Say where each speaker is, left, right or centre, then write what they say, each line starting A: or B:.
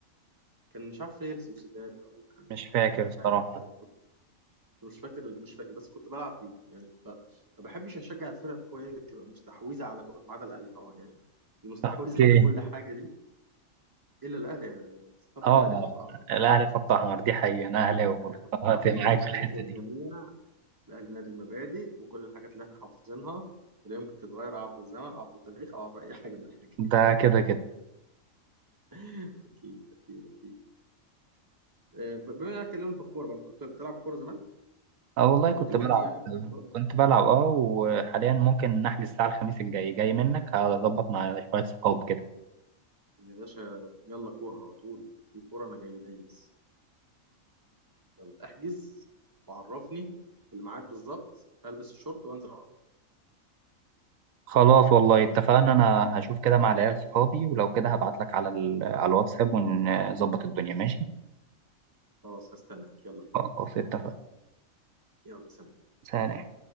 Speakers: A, on the right (about 15°); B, on the right (about 75°).
A: كان مش عارف ريال سوسيداد او كان
B: مش فاكر
A: كان
B: الصراحة
A: حاجة كده مش فاكر مش فاكر بس كنت بلعب بيه يعني ف... ما بحبش اشجع الفرق القوية اللي بتبقى مستحوذة على كل... ما عدا الاهلي طبعا يعني المستحوذة
B: اوكي
A: على كل حاجة دي الا الاهلي يا صبري
B: اه
A: الاهلي خط احمر انت
B: الأهلي
A: عارف
B: خط أحمر دي حقيقة أنا أهلاوي
A: الاهلي
B: برضه
A: خط
B: فأنت
A: احمر
B: معاك
A: الاهلي
B: في الحتة
A: فوق الجميع
B: دي
A: الاهلي نادي المبادئ وكل الحاجات اللي احنا حافظينها ولا يمكن تتغير عبر الزمن عبر التاريخ او عبر اي حاجه من الحاجات
B: ده كده كده
A: <laughs> اكيد اكيد اكيد آه، ب- بما اننا اتكلمنا في الكوره بقى انت كنت بتلعب كوره زمان
B: اه والله كنت
A: هو دلوقتي
B: بلعب
A: يعني بتلعب كورة
B: كنت بلعب اه وحاليا ممكن نحجز الساعة الخميس الجاي جاي منك هظبط مع شوية صحاب كده
A: يا باشا يلا كورة على طول في كورة أنا جاي دايس يلا احجز وعرفني الميعاد بالظبط ألبس الشورت وأنزل على طول
B: خلاص والله اتفقنا أنا هشوف كده مع العيال صحابي ولو كده هبعتلك على ال... على الواتساب ونظبط الدنيا ماشي
A: خلاص هستناك يلا بينا
B: خلاص اتفقنا
A: يلا سلام
B: سلام